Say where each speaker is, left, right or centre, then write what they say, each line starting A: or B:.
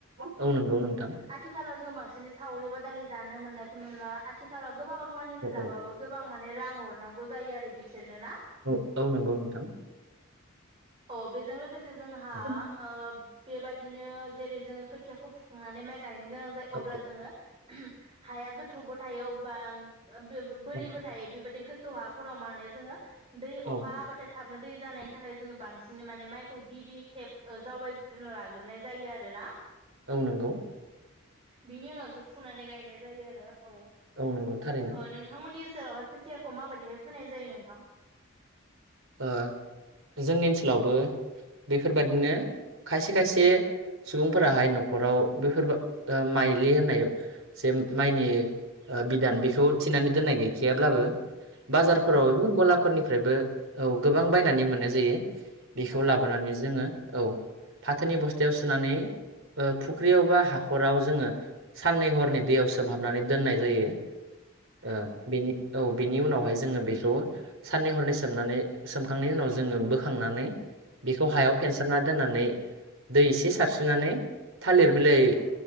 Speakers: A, on the right; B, on the right.
A: औ नंगौ नोंथां
B: आथिखालाव जों बांसिनै सावरि बादालि जानो मोननायखौ नुला। आथिखालाव गोबां रुवानिफोर
A: औ
B: लाबाबो
A: औ
B: गोबां माने रां हरनांगौ जायो आरो बिसोरनो ना?
A: औ औ नंगौ नोंथां।
B: अह बेजों लोगोसे जोंहा
A: औ
B: ओ बेबादिनो जेरै जोङो खोथियाखौ फुखांनानै माइ गायनो गोनां जायो
A: औ
B: अब्ला जोङो हाया गोथौबो थायो अब्बा बो-बो-बोरिबो
A: औ
B: थायो बेबादि गो थौ हाफोराव माने जोङो दै
A: औ
B: अखा हाबाथाय थाब नो दै जानायनि थाखाय जोङो बांसिन माने माइखौ गिबि खेब जावायग्रोनो लाग्रोनाय जायो आरोना।
A: औ नंगौ।
B: बिनि उनाव जो फुनानै गायनाय जायो आरो। औ
A: औ नंगौ थारैनो।
B: ओ नोंथांमोननि ओसोरावहाय खोथियाखौ माबायदिहाय फोनाय जायो नोंथां?
A: ओ जोंनि ओनसोलावबो बेफोरबादिनो खायसे खायसे सुबुंफोराहाय न'खराव बेफोर माइलि होननाय जे माइनि ओ बिदान बेखौ थिनानै दोननाय गैखायाब्लाबो बाजारफोराव
B: औ
A: एबा गलाफोरनिफ्रायबो औ गोबां बायनानै मोननाय जायो। बेखौ
B: औ
A: लाबोनानै
B: औ
A: जोङो औ फाथोनि बस्थायाव सोनानै ओ फुख्रियाव बा हाखराव जोङो साननै हरनै दैयाव सोमहाबनानै दोननाय जायो। ओ
B: औ
A: बेनि औ बेनि उनावहाय जोङो बेखौ साननै हरनै सो सोमनानै सोमखांनायनि उनाव जोङो बोखांनानै बेखौ हायाव
B: औ
A: फेनसारना दोननानै दै एसे सारस्रिनानै थालिर बिलाइ
B: औ